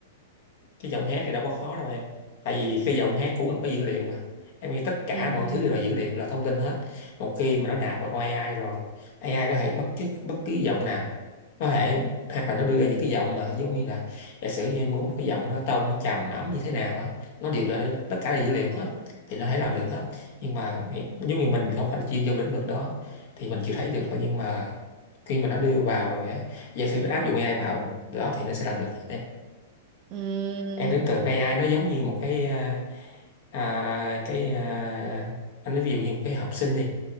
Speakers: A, on the left (about 55°); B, on the right (about 40°).
A: cái giọng hát thì đâu có khó đâu em tại vì cái giọng hát cũng là có dữ liệu mà em nghĩ tất
B: <laughs>
A: cả
B: Ừm.
A: mọi thứ đều là dữ liệu là thông tin hết một khi mà nó nạp vào con AI rồi AI nó có thể bắt chước bất cứ giọng nào nó lại hoặc là nó đưa ra những cái giọng mà giống như là giả sử như em muốn là cái giọng nó tông nó trầm ấm như thế nào á nó đều là tất cả là dữ liệu hết thì nó thể làm được hết nhưng mà giống như mình không phải là chuyên trong lĩnh vực đó thì mình chưa thấy được thôi nhưng mà khi mà nó đưa vào rồi á giả sử nó áp dụng AI vào đó thì nó sẽ làm được hết em
B: Ừm,
A: em tưởng tượng AI nó giống như một cái à, à, cái à, anh nói ví dụ như một cái học sinh đi